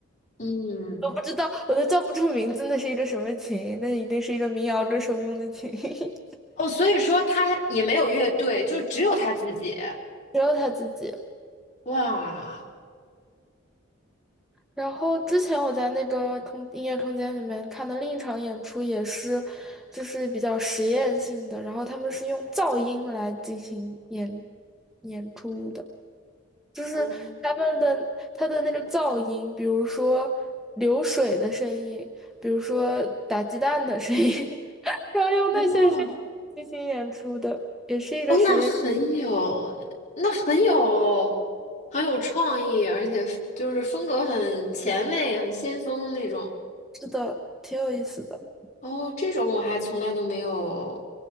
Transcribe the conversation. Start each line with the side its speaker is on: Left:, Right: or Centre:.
Left: 嗯，
Centre: 我不知道，我都叫不出名字，那是一个什么琴？那一定是一个民谣歌手用的琴，<laughs>
Left: 哦，所以说他也没有乐队，就只有他自己。
Centre: 只有他自己。
Left: 哇，
Centre: 然后之前我在那个空音乐空间里面看的另一场演出也是，就是比较实验性的，然后他们是用噪音来进行演演出的，就是他们的他的那个噪音，
Left: 哦，
Centre: 比如说流水的声音，比如说打鸡蛋的声音，<laughs> 然后用那些声音进行演出的，
Left: 哦
Centre: 也是一个实验
Left: 哦，那很有，那很有，很有创意，而且就是风格很前卫、很先锋那种。
Centre: 室的，挺有意思的。
Left: 哦，这种我还从来都没有